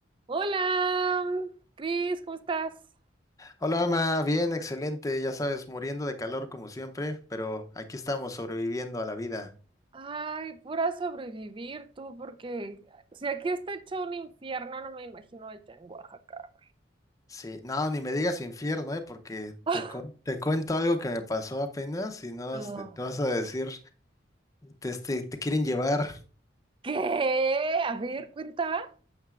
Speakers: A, on the right; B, on the left.
A: Hola, Cris, ¿cómo estás?
B: Hola, Ama, bien, excelente, ya sabes, muriendo de calor como siempre, pero aquí estamos sobreviviendo a la vida.
A: Ay, pura sobrevivir tú, porque si aquí está hecho un infierno, no me imagino allá en Oaxaca.
B: Sí, no, ni me digas infierno, eh, porque
A: <laughs>
B: te,
A: Ah,
B: cu- te cuento algo que me pasó apenas y no
A: No.
B: este, te, vas a decir, te, este, te quieren llevar.
A: ¿Qué? A ver, cuenta.